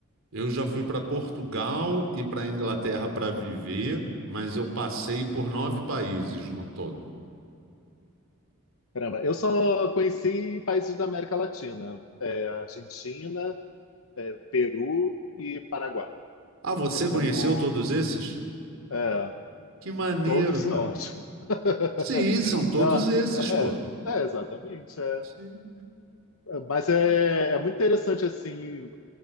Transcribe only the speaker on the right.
Eu já fui para Portugal e para Inglaterra para viver, mas eu passei por nove países no todo.
Ah, você
conheceu
todos esses?
Que maneiro,
cara.
Sim, são todos
esses,
pô.
Sim.